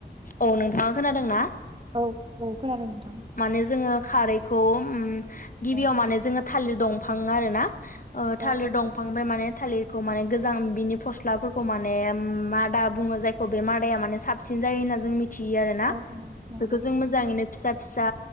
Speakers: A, on the left; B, on the right.
A: औ नोंथाङा खोनादों ना?
B: औ औ खोनादों नोंथां।
A: माने जोङो खारैखौ उम गिबियाव
B: औ
A: माने जोङो थालिर दंफां आरोना ओ
B: औ
A: थालिर दंफांफाय माने थालिरखौ माने गोजां बिनि फस्लाफोरखौ माने मादा बुङो जायखौ बे मादाया माने साबसिन जायो होनना जों मि थियो आरो ना,
B: औ नंगौ
A: बेखौ जों मोजाङैनो फिसा फिसा